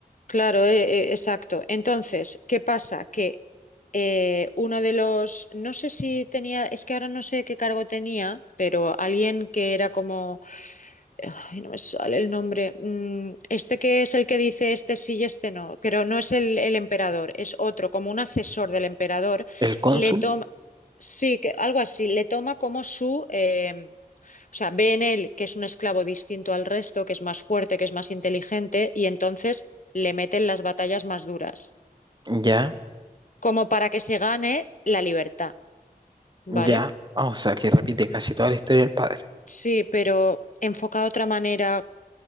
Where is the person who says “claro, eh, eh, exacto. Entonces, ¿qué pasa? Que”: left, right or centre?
Left